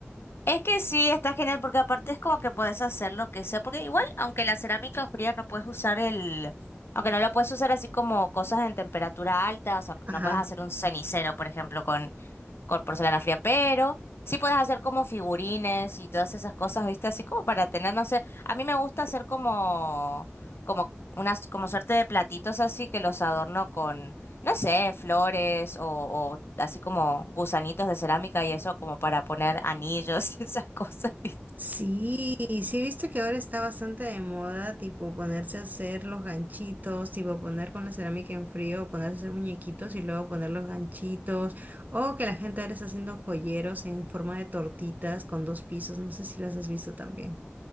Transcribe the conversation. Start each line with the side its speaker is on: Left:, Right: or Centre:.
Left: Es que sí, está genial porque aparte es como que puedes hacer lo que sea, porque igual, aunque la cerámica fría no puedes usar el, aunque no lo puedes usar así como cosas en temperatura alta, o sea,
Right: Ajá.
Left: no puedes hacer un cenicero, por ejemplo, con, con porcelana fría, pero sí puedes hacer como figurines y todas esas cosas, ¿viste? Así como para tener, no sé, a mí me gusta hacer como, como unas, como suerte de platitos así que los adorno con, no sé, flores o, o así como gusanitos de cerámica y eso como para poner anillos <laughs> y esas cosas, ¿viste?
Right: Sí, sí he visto que ahora está bastante de moda, tipo ponerse a hacer los ganchitos, tipo poner con la cerámica en frío, ponerse a hacer muñequitos y luego poner los ganchitos, o que la gente ahora está haciendo joyeros en forma de tortitas con dos pisos, no sé si las has visto también.